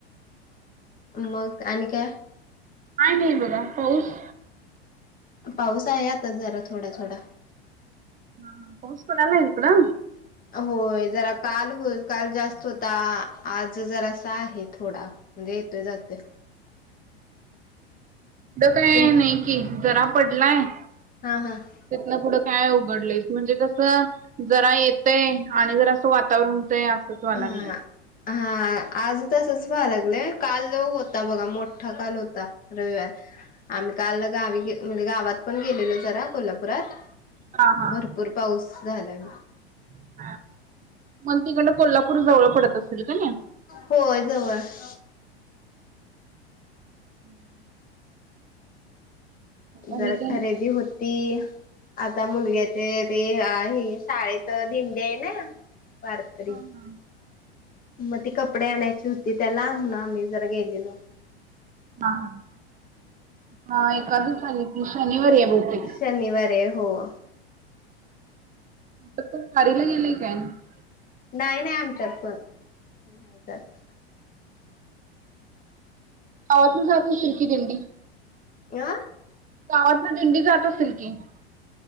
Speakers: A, on the left; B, on the right.
A: मग आणि काय
B: काय नाही बघा पाऊस
A: पाऊस आहे आता जरा थोडा थोडा
B: हा पाऊस पडलाय इकड
A: होय जरा काल हो काल जास्त होता आज जरासा आहे थोडा. <unintelligible> म्हणजे येतोय जातं <unintelligible>
B: तसं काय
A: तुम
B: नाही कि जरा पडलाय <unintelligible>
A: हा हा. <unintelligible>
B: तिथन पुढं काय उघडलय म्हणजे जसं जरा येतंय आणि जर असं वातावरण होतंय असंच व्हायला
A: हा.
B: लागलं ये.
A: हा आज तसंच व्हायला लागलं काल होता बघा मोठा काल होता. <unintelligible> रविवार आम्ही काल गावी म्हणजे गावात पण गेलेलो जरा कोल्हापुरात <unintelligible>
B: हा हा.
A: भरपूर पाऊस झालाय.
B: <unintelligible> मला तिकडन कोल्हापूर जवळ पडत असेल का नाही.
A: होय जवळ <unintelligible>
B: <unintelligible> <unintelligible> आणि
A: जरा
B: काय?
A: खरेदी होती आता मुलग्या ते ते आ हे शाळेच दिंडी आहे ना वारकरी
B: हा
A: <unintelligible>
B: हा.
A: मग ती कपडे आणायची होती त्याला मंग आम्ही जरा गेलेलो.
B: हा हा हा एक सारी त शनिवार्या बहुतेक.
A: शनिवार ये हो. <unintelligible>
B: तर वारीला गेली काय <unintelligible>
A: नाही नाही आमच्यात पण नाही जात.
B: गावांतन जात असल की पेंडी दिंडी. <unintelligible>
A: आ. <unintelligible>
B: गावातन दिंडी जात असेल की. <unintelligible>